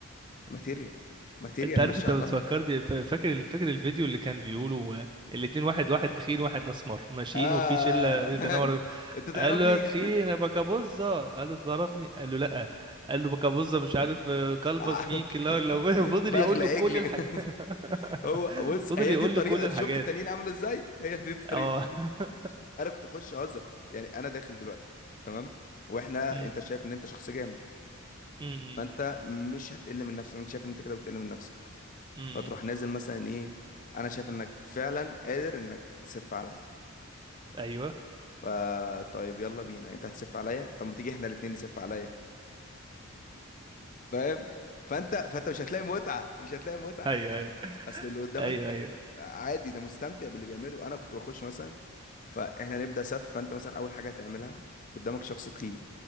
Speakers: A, on the left; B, on the right.
A: ماتيريال ماتيريال
B: انت عارف
A: ماشي
B: انت
A: على
B: بتفكرني
A: الارض
B: فا- فاكر فاكر الفيديو اللي كان بيقولوا آه، الاتنين واحد واحد تخين واحد اسمر ماشيين
A: آه
B: وفي شله بيتناور
A: <laughs> انت تعرفني
B: قال له يا تخين يا بكابوزه قال له تعرفني قال له لا قال له بكابوزه مش عارف آه، كلبز
A: <laughs>
B: ميك لا لو <laughs> فضل
A: بغلى
B: يقول له
A: عجل
B: كل الحاجات
A: كده.
B: <laughs>
A: <laughs> هو بص
B: فضل
A: هي
B: يقول
A: دي الطريقه
B: له كل
A: انت
B: الحاجات
A: شفت التانيين عملوا ازاي <laughs> هي دي الطريقه
B: اه <laughs>
A: انا كنت اخش اهزر يعني انا داخل دلوقتي تمام واحنا
B: امم
A: انت شايف ان انت شخص جامد
B: امم
A: فانت مش هتقل من نفسك انت شايف ان انت كده بتقل من نفسك
B: امم
A: فتروح نازل مثلا ايه انا شايف انك فعلا قادر انك تسف عليا
B: ايوه
A: فا طيب يلا بينا انت هتسف عليا طب ما تيجي احنا الاتنين نسف عليا فاهم فانت فانت مش هتلاقي متعة مش هتلاقي متعة
B: ايوه ايوه
A: اصل اللي قدامك
B: ايوه ايوه
A: عادي ده مستمتع باللي بيعمله انا كنت بخش مثلا فاحنا نبدأ سف فانت مثلا اول حاجة هتعملها قدامك شخص تخين